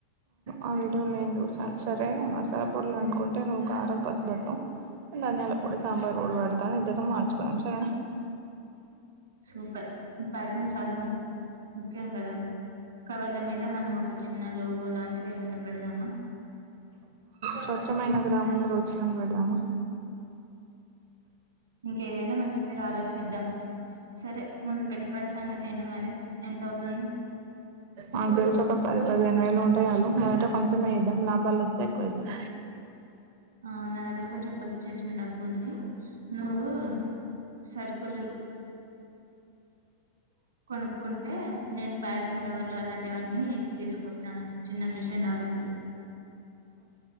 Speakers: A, on the right; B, on the right.
A: ఆ వీడియోలో నేను చూసాను సరే మసాలా పొడ్లు అనుకుంటే నువ్వు ఒక కారం పసుపు పట్టు ధన్యాల పొడి సాంబార్ పొడి పడతాని ఇద్దర మార్చుకుదాం సరేనా
B: సో ప్యాకింగ్ చాలా ముఖ్యం కదా కవర్ల మీద మనం ఒక చిన్న లోగో లాంటివి ఎవనా పెడదామా
A: స్వచ్ఛమైన గ్రామణ రోజులు అని పెడదామా <inaudible>
B: ఇంకేదైనా మంచి పేరు ఆలోచిద్దాం సరే ముందు పెట్టుబడి సంగతి ఏంటి మరి ఎంత అవుతుంది
A: నాకు తెలిసి ఒక్క పది ఒక పదిహేను వేలు ఉంటా చాలు మొదట కొంచెంమేద్దాం లాభాలు వస్తే ఎక్కువ చేదాం
B: ఆ నా దగ్గర కొంచెం పొదుపు చేసిన డబ్బు ఉంది నువ్వు సరుకులు కొనుక్కుంటు టే నేను ప్యాకింగ్ కవర్లు అలాంటివన్నీ తీసుకొస్తాను చిన్న మెషిన్ అలాంటివి